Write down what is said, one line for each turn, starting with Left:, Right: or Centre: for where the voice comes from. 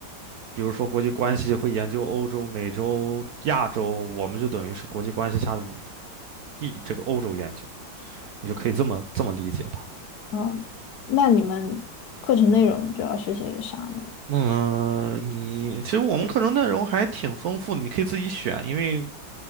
Right: 比如说国际关系会研究欧洲、美洲、亚洲，我们就等于是国际关系下的一这个欧洲研究。你就可以这么这么理解它。
Left: 哦那你们课程内容主要是些啥呢？
Right: 嗯，你其实我们课程内容还挺丰富的，你可以自己选，因为